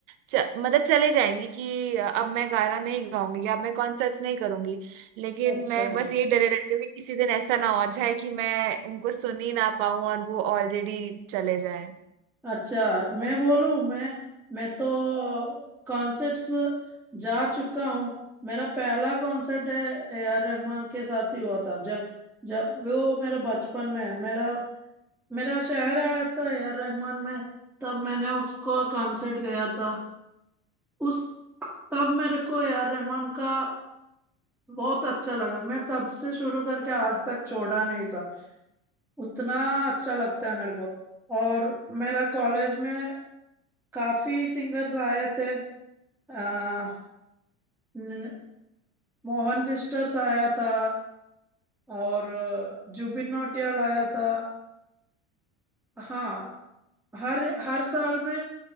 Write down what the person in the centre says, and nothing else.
अच्छा
अच्छा मैं बोलूं मैं मैं तो कॉन्सर्ट्स जा चुका हूँ मेरा पहला कॉन्सर्ट है ए आर रहमान के साथ ही हुआ था जब जब वो मेरा बचपन में है मेरा मेरा शहर आया था ए आर रहमान में तब मैंने उसको कॉन्सर्ट गया था उस तब मेरे को ए आर रहमान का बहुत अच्छा लगा मैं तब से शुरू करके आज तक छोड़ा नहीं था उतना अच्छा लगता है मेरे को और मेरा कॉलेज में काफी सिंगर्स आए थे आ, न- मोहन सिस्टर्स आया था और अ, जुबिन नौटियाल आया था हाँ हर हर साल में